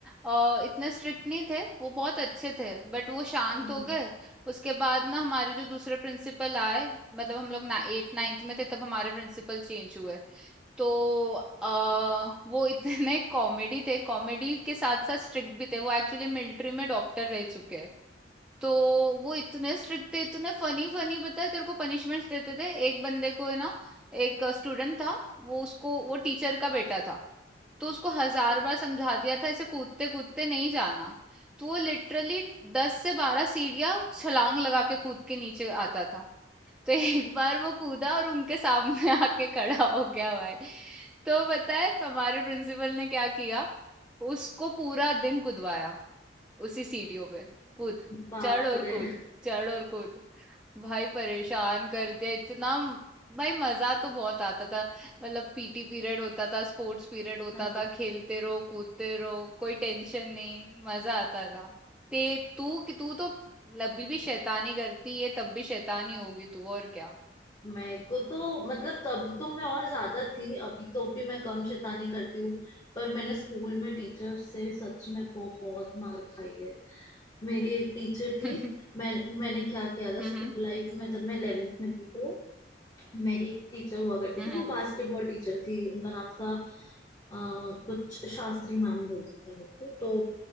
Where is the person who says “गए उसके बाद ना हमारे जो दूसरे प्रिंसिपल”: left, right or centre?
Centre